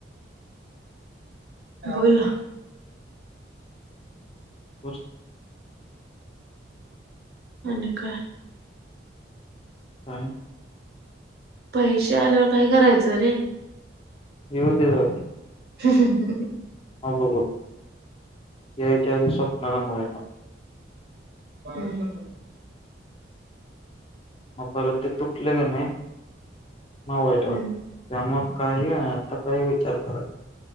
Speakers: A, on the right (about 55°); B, on the left (about 30°).
A: बोल ना?
B: बूस
A: आणि काय?
B: काय?
A: पैसे आल्यावर काय करायचं रे?
B: येऊदयात.
A: हम ह ह
B: मग बघू. याच्या आधी स्वप्नलामुळे आहे ना.
A: हम.
B: अ परत ते तुटलं का नाही. म वाईट वाट
A: हम्म
B: त्यामग. काही आहे आता काही विचार कराय <inaudible>